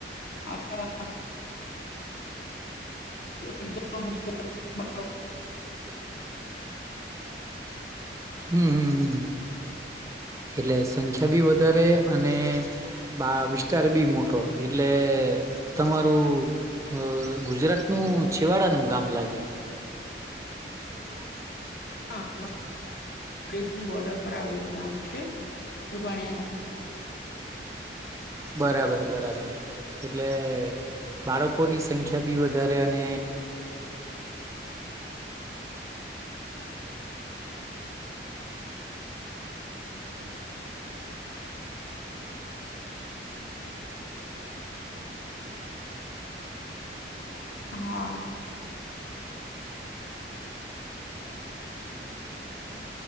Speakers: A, on the left; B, on the right.
A: આખા <unintelligible> <unintelligible>
B: હમ્મ હમ્મ હમ્મ એટલે સંખ્યા બી વધારે અને બા વિસ્તાર બી મોટો એટલે તમારું અહ ગુજરાતનું છીવાડાનું ગામ લાગે <unintelligible>
A: હા.
B: <unintelligible>
A: દેશની બોર્ડર પર આવેલું ગામ છે ઉરવાણિયા ગામ
B: બરાબર બરાબર એટલે બાળકોની સંખ્યા બી વધારે અને
A: હા